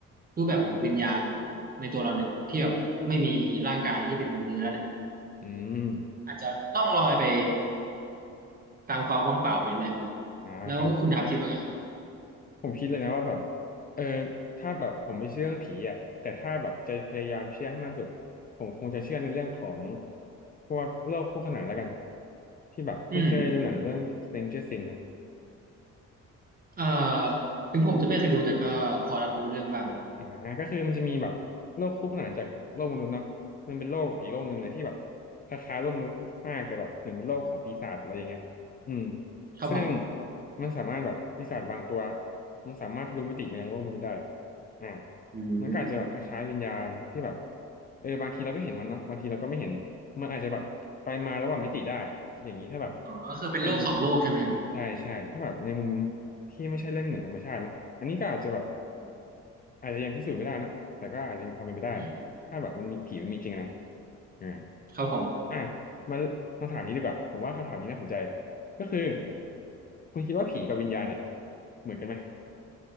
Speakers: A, on the right; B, on the left.
A: รูปแบบของวิญญาณในตัวเราเนี่ยที่แบบไม่มีร่างกายที่เป็นเนื้อเนี่ย
B: อืมอืม
A: อาจจะล่องลอยไปตามความว่างเปล่าไปเลยครับผม
B: อ่าครับ
A: แล้วคุณดาบคิดว่าไงครับ
B: ผมคิดเลยนะว่าแบบเออถ้าแบบผมไม่เชื่อเรื่องผีอ่ะแต่ถ้าแบบจะพยายามเชื่อให้มากที่สุดผมคงจะเชื่อในเรื่องของพวกโลกคู่ขนานแล้วกันที่แบบคุณเคยดูหนังเรื่อง
A: อืม
B: Stranger Things ไหม
A: เอ่อถึงผมจะไม่เคยดูแต่ก็พอรับรู้เรื่องบ้างครับ
B: อ่าก็คือมันจะมีแบบโลกคู่ขนานจากโลกมนุษย์เนาะมันเป็นโลกอีกโลกหนึ่งเลยที่แบบคล้ายๆโลกมนุษย์มากแต่แบบเหมือนเป็นโลกของปีศาจอะไรอย่างเงี้ยอืม
A: ครับผม
B: ซึ่งมันสามารถแบบปีศาจบางตัวมันสามารถทะลุมิติมายังโลกมนุษย์ได้อ่า
A: อืม
B: มันก็อาจจะแบบคล้ายๆวิญญาณที่แบบเออบางทีเราก็เห็นมันเนาะบางทีเราก็ไม่เห็นมันอาจจะแบบไปมาระหว่างมิติได้ผมคิดอย่างนี้ถ้าแบบ
A: อ๋อก็คือเป็นโลกสองโลกใช่ไหมครับ
B: เป็นใช่ใช่ถ้าแบบในมุมที่ไม่ใช่เรื่องเหนือธรรมชาตินะอันนี้ก็อาจจะแบบ
A: อืม
B: อาจจะยังพิสูจน์ไม่ได้นะแต่ก็อาจจะมีความเป็นไปได้
A: อืม
B: ถ้าแบบมันมีผีมันมีจริงนะอ่า
A: ครับผม
B: อ่ะมาคำถามนี้ดีกว่าผมว่าคำถามนี้น่าสนใจก็คือ คุณคิดว่าผีกับวิญญาณเนี่ยเหมือนกันไหม